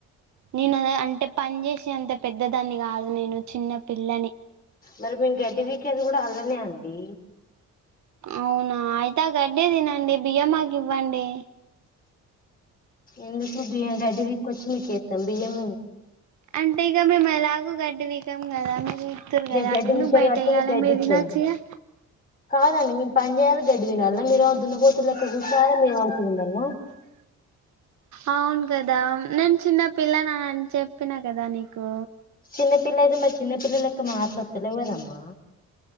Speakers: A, on the right; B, on the left.
A: నేను అంటే పని చేసి అంత పెద్ద దాన్ని కాదు నేను చిన్న పిల్ల
B: మరి మేము గడ్డి వికేది కూడా అల్లనే అండి
A: అవునా అయితే ఆ గడ్డే తినండి బియ్యం మాకు ఇవ్వండి
B: ఎందుకు బియ్యం గడ్డి పీక్కోచ్చి మీకేత్తాం బియం
A: అంటే ఇగ మేము ఎలాగో గడ్డివీకం కదా వీకుతురు కదా
B: గడ్డి
A: అదెందుకు
B: పీకుతారు
A: బయట
B: కాబట్టి
A: ఎయ్యాలి
B: మేము గడ్డిస్తాము
A: మీరు తినొచ్చుగా
B: కాదండి మేము పనిజేయాల కదని న మీరు అదున్న పోతులెక్క గుసా మీ అస ఉందన్న
A: అవును కదా నేను చిన్న పిల్లనని అని చెప్పిన కదా నీకు
B: చిన్నపిల్ల అయితే మారి చిన్నపిల్లలకి మాట్ల వొత్తలేవు కదమ్మా